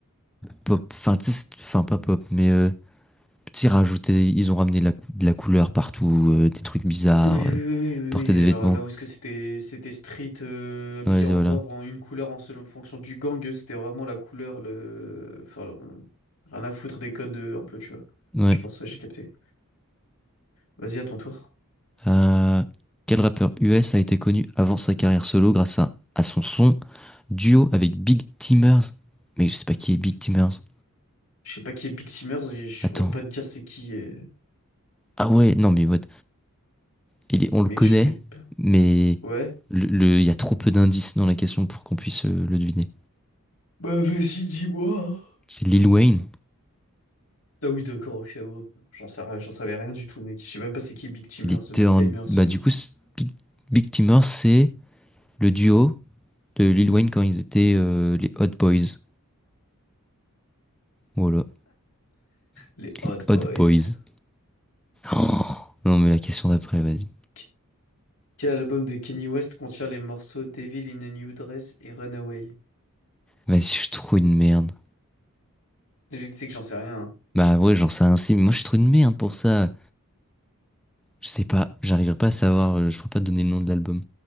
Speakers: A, in the centre; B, on the left (about 75°).
A: pop. Enfin, tu sais, c'est- enfin, pas pop, mais. euh, Petit rajouté. Ils ont ramené de la, cou- de la couleur partout, euh, des trucs bizarres.
B: Oui, oui, oui,
A: euh,
B: oui, oui,
A: Ils portaient des
B: oui,
A: vêtements.
B: genre là où est-ce que c'était c'était street euh, habillé
A: Ouais,
B: en
A: voilà.
B: noir ou en une couleur en selon en fonction du gang, eux, c'était vraiment la couleur, le... Enfin, le- rien à foutre des codes euh, un peu, tu vois.
A: Ouais.
B: Je pense, ouais, j'ai capté. Vas-y, à ton tour.
A: Euh, quel rappeur US a été connu avant sa carrière solo grâce à, à son son duo avec Big Timers? Mais je sais pas qui est Big Timers.
B: Je sais pas qui est Big Timers et je
A: Attends.
B: saurais pas te dire c'est qui, euh,
A: Ah ouais, non mais what? Il est- on
B: mec,
A: le connaît,
B: je sais pas.
A: mais
B: Ouais.
A: le, le- il y a trop peu d'indices dans la question pour qu'on puisse euh, le deviner.
B: Bah vas-y, dis-moi. hein.
A: C'est Lil Wayne.
B: Ah oui, d'accord, ok, bon, j'en sais rien- j'en savais rien du tout, mec. Je sais même pas c'est qui Big Timers,
A: Il était
B: The Big
A: en...
B: Timers,
A: Bah
B: euh,
A: du coup, c'est- Big, Big Timers, c'est le duo de Lil Wayne quand ils étaient euh, les Hot Boys. Voilà.
B: les Hot
A: Les Hot
B: Boys.
A: Boys. <gasps> Oh non mais la question d'après, vas-y.
B: Ok. Quel album de Kanye West contient les morceaux Devil in a New Dress et Runaway?
A: Vas-y, je suis trop une merde.
B: Le truc, C'est que j'en sais rien. hein.
A: Bah ouais, j'en sais rien aussi, mais moi je suis trop une merde pour ça. Je sais pas, j'arriverai pas à savoir,
B: Pff,
A: euh, je pourrais pas te donner le nom de l'album.